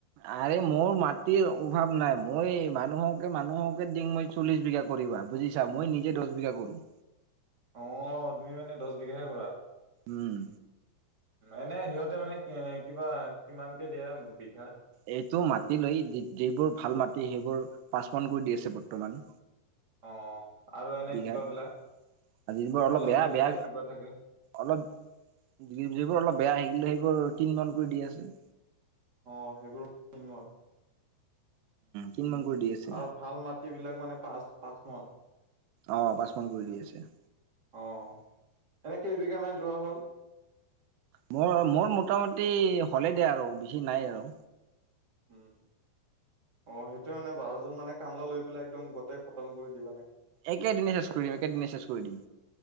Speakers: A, on the right (about 80°); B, on the right (about 30°).
A: আৰে মোৰ মাটিৰ অভাৱ নাই মই মানুহকে, মানুহকে ডিঙ মই। চল্লিশ বিঘা কৰিবা বুজিছা। মই নিজে দহ বিঘা কৰোঁ।
B: অ' তুমি মানে দহ বিঘাহে কৰা
A: উম
B: এনে সিহঁতে মানে কিবা কিমানকে দিয়া বিঘাত?
A: এইটো মাটি লৈ যিবোৰ ভাল মাটি সেইবোৰ পাঁচ মন কৰি দি আছে বৰ্তমান।
B: অ' আৰু এনে
A: বিঘাত
B: কিবা বিলাক
A: আৰু যিবোৰ
B: অলপ
A: বেয়া
B: যদি
A: বেয়া
B: ধৰ কিবা থাকে?
A: অলপ যিবোৰ অলপ বেয়া সিবিলাক সেইবোৰ তিনি মান কৰি দি আছে।
B: অ' সেইবোৰ। তিনমন
A: তিন
B: উম
A: মান কৰি দি আছে
B: আৰু ভাল মাটি বিলাক মানে পাঁচ, পাঁচ মান?
A: অ', পাঁচ মন কৰি দি আছে।
B: অ' এনে কেই বিঘামান ৰোৱা হ'ল?
A: মোৰ, মোৰ মোটামুটি হ'লে দে আৰু বেছি নাই আৰু
B: উম। অ', সেইটোয়ে মানে বাৰজন মানে কামলা লৈ পেলাই একদম গোটেই খতম কৰি দিবা নেকি?
A: একে দিনে চেজ কৰিম, একে দিনে চেজ কৰি দিম।